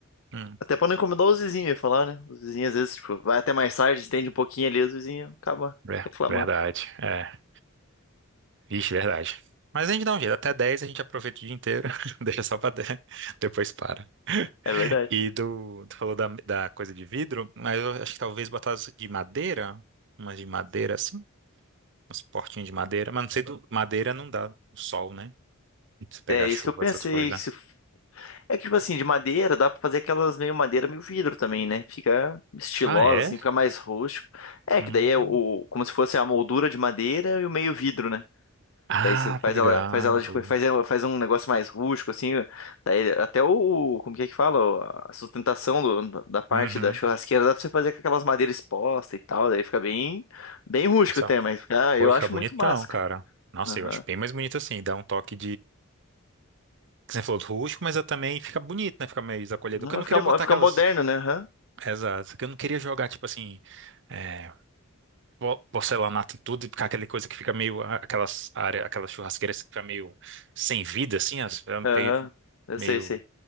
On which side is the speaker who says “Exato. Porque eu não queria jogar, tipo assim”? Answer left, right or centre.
Right